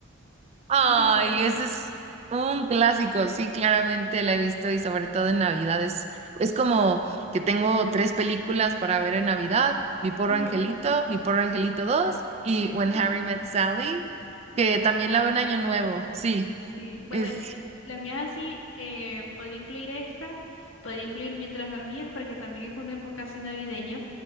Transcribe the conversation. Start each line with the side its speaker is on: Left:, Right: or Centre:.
Right: Ay,
Left: ¿Has visto eso?
Right: ese es un clásico, sí, claramente la he visto y sobre todo en Navidad. Es, es como que tengo tres películas para ver en Navidad, Mi Porro
Left: Ajá.
Right: Angelito, Mi Porro Angelito 2 y
Left: <laughs>
Right: When Harry Met Sally,
Left: Me
Right: que
Left: encanta.
Right: también la veo en Año Nuevo, sí.
Left: Sí, bueno,
Right: Es,
Left: l-
Right: Sí.
Left: las mías así, eh, podría incluir esta, podría incluir Mientras dormías, porque también es una época así navideña,